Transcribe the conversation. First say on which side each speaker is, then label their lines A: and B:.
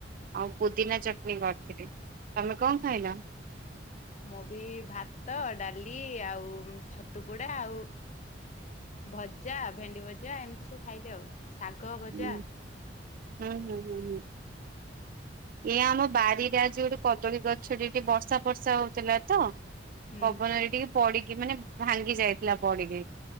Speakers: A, on the right; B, on the left.
A: ଆଉ ପୁଦିନା ଚଟନି କରିଥିଲି। ତମେ କଣ ଖାଇଲ?
B: ମୁଁ ବି ଭାତ ଡାଲି ଆଉ ଛତୁ ପୋଡା ଆଉ ଭଜା ଭେଣ୍ଡି ଭଜା ଏମିତି ସବୁ ଖାଇଲେ ଆଉ। ଶାଗ ଭଜା
A: ହୁଁ ହୁଁ ହୁଁ ହୁଁ ହୁଁ ଏଇ ଆମ ବାରିରେ ଆଜି ଗୋଟେ କଦଳୀ ଗଛ ଟେ ଟିକେ ବର୍ଷା ଫର୍ଷା ହଉଥିଲା ତ।
B: ହୁଁ
A: ପବନରେ ଟିକେ ପଡିକି ମାନେ ଭାଙ୍ଗି ଯାଇଥିଲା ପଡିକି